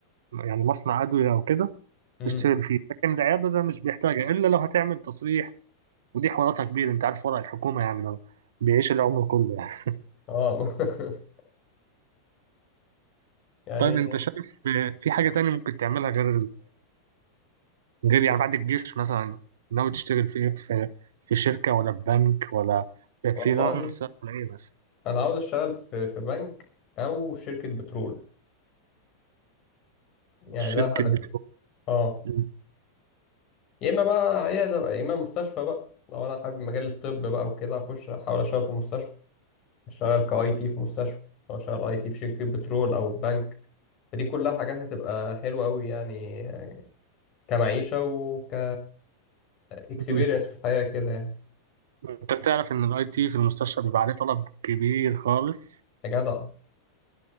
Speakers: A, on the right; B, on the left.
A: يعني مصنع ادويه او كده
B: امم
A: تشتغل فيه لكن العياده ده مش بيحتاجها الا لو هتعمل تصريح ودي حواراتها كبيره انت عارف ورق الحكومه يعني لو بيعيش العمر كله يعني
B: اه <laughs> يعني
A: طيب انت شايف آه، في حاجه تانية ممكن تعملها غير غير يعني بعد الجيش مثلا ناوي تشتغل في ايه في في شركة ولا في بنك ولا
B: والله
A: فريلانس ولا ايه مثلا
B: انا عاوز اشتغل في في بنك او شركه بترول يعني
A: شركة
B: ده هدفي
A: بترول
B: اه
A: مم.
B: يا اما بقى عياده بقى، يا اما مستشفى بقى لو انا حابب مجال الطب بقى وكده اخش احاول اشتغل في مستشفى اشتغل كاي تي في مستشفى او اشتغل اي تي في شركه بترول او بنك فدي كلها حاجات هتبقى حلوه قوي يعني آه، كمعيشه وك اكسبيرينس
A: مم.
B: في الحياه كده يعني
A: انت تعرف ان الاي تي في المستشفى بيبقى عليه طلب كبير خالص
B: يا جدع